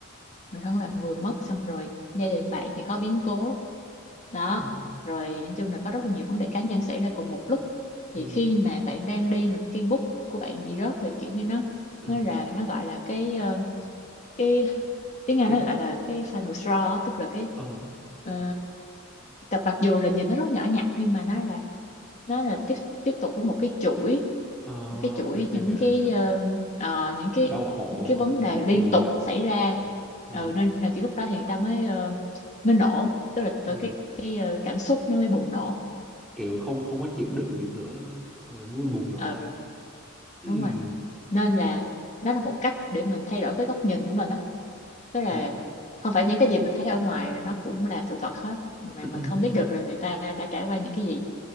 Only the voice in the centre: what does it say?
Ừ. Ừ.
Ừ.
Ừ.
Cái,
ờ,
ờ,
em em
hiểu em
hiểu
đau khổ
dồn
dập
ừ. Ừ.
Ừ.
kiểu không không có chịu đựng được nữa xong rồi mới bùng nổ
ra Ừm,
dạ
<clears throat>